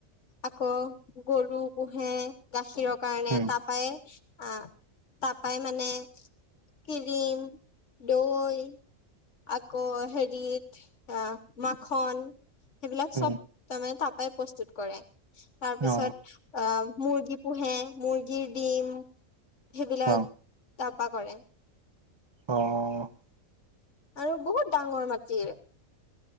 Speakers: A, on the left; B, on the right.
A: আকৌ গৰু পোহে গাখীৰৰ কাৰণে
B: উম
A: তাৰপৰাই, আ, তাৰপৰাই মানে ক্ৰীম, দৈ। আকৌ হেৰিত মাখন সেইবিলাক
B: উম,
A: চব তাৰমানে তাৰপৰাই প্ৰস্তুত কৰে। তাৰ
B: অ,
A: পিছত অ মুৰ্গী পোহে মুৰ্গীৰ ডিম সেইবিলাক
B: অ,
A: তাৰপা কৰে।
B: অ
A: আৰু বহুত ডাঙৰ মাটি।